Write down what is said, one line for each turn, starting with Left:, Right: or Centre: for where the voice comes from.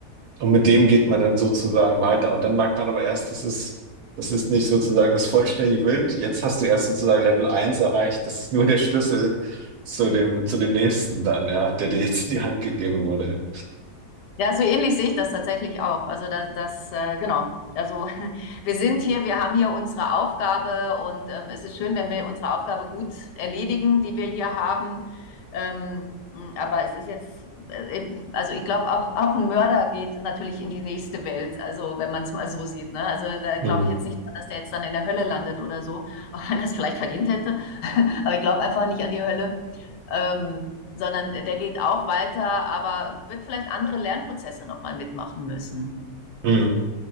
Right: Und mit dem geht man dann sozusagen weiter. Und dann merkt man aber erst, das ist, das ist nicht sozusagen das vollständige Bild. Jetzt hast du erst sozusagen Level eins erreicht. Das ist nur der Schlüssel zu dem, zu dem nächsten dann, ja, der dir jetzt in die Hand gegeben wurde.
Left: Ja, so ähnlich sehe ich das tatsächlich auch. Also das, das äh, genau. Also <laughs> wir sind hier, wir haben hier unsere Aufgabe und ähm, es ist schön, wenn wir unsere Aufgabe gut erledigen, die wir hier haben. Ähm, mh, aber es ist jetzt, äh, äh, also ich glaube, auch, auch ein Mörder geht natürlich in die nächste Welt, also wenn man es mal so sieht. Ne? Also da glaube
Right: Hm.
Left: ich jetzt nicht, dran, dass der jetzt dann in der Hölle landet oder so, <laughs> auch wenn er es vielleicht verdient hätte. <laughs> Aber ich glaube einfach nicht an die Hölle ähm, sondern der, der geht auch weiter, aber wird vielleicht andere Lernprozesse nochmal mitmachen müssen.
Right: Mhm,